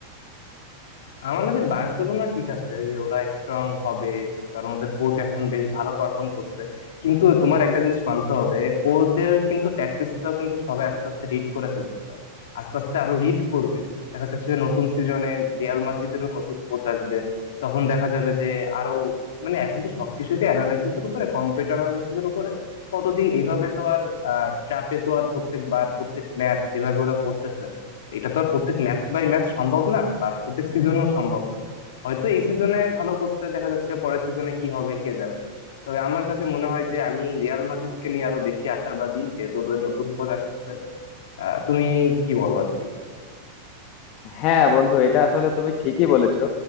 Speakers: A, on the left (about 60°); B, on the left (about 40°).
A: আমার কাছে বার্সেলোনা ঠিক আছে যে ওরা স্ট্রং হবে কারণ ওদের কোচ এখন বেশ ভালো পারফর্ম করছে কিন্তু তোমার একটা জিনিস মানতে হবে ওদের কিন্তু ট্যাকটিক্সটাও কিন্তু সবাই আস্তে আস্তে রিড করে ফেলতেছে আস্তে আস্তে আরো রিড করবে দেখা যাচ্ছে যে নতুন সিজনে রিয়াল মাদ্রিদেরও নতুন কোচ আসবে তখন দেখা যাবে যে আরো মানে এখন তো সবকিছুতে অ্যানালাইসিস এর উপরে কম্পিউটার অ্যানালাইসিস এর উপরে কতদিন এইভাবে তো আর ট্র্যাপে তো আর প্রত্যেকবার প্রত্যেক ম্যাচ যেভাবে ওরা করতেছে এটা তো আর প্রত্যেক ম্যাচ বাই ম্যাচ সম্ভব না বা প্রত্যেক সিজনেও সম্ভব না হয়তো এই সিজনে ভালো করছে দেখা যাচ্ছে পরের সিজনে কি হবে কে জানে তবে আমার কাছে মনে হয় যে আমি রিয়াল মাদ্রিদকে নিয়ে আরো বেশি আশাবাদী যেহেতু ওদের নতুন কোচ আসতেছে আহ তুমি কি বলো আর কি
B: হ্যাঁ বন্ধু এটা আসলে তুমি ঠিকই বলেছো